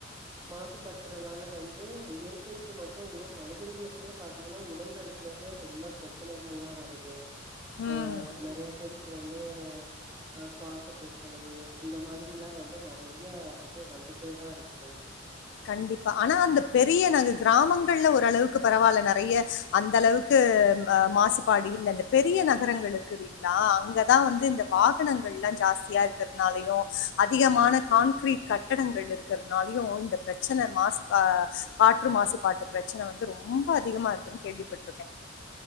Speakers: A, on the right; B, on the left.
A: மாசுபடுத்துறனால வந்து இயற்கைக்கு மட்டு இல்ல மனிதர்களுக்குமே பாத்தீங்கனா உடல் நல சிலயுமே ரொம்ப பிரச்சனைகள்லா வருது
B: ம்
A: ஆஹ் நெறைய பேருக்கு வந்து அஹ் சுவாச பிரச் ச்சனை இந்த மாதிரிலா வந்து நெறைய வந்து வந்துட்டே தா இருக்குது
B: கண்டிப்பா ஆனா அந்த பெரிய நாங்க கிராமங்கள்ல ஒருரளவுக்கு பரவால்ல நெறைய அந்த அளவுக்கு மாசுபாடு இல்ல அந்த பெரிய நகரங்கள் இருக்கு இல்லிங்களா அங்கதா வந்து இந்த வாகனங்கள்லா ஜாஸ்தியா இருக்கிறதுனாலயு அதிகமான கான்கிரீட் கட்டடங்கள் இருக் கற்னாலயு இந்த ப்ரச்சன மாசுப காற்று மாசுபாட்டு பிரச்சன வந்து ரொம்போ அதிகமாக இருக்குன்னு கேள்விப்பட்டிருக்கே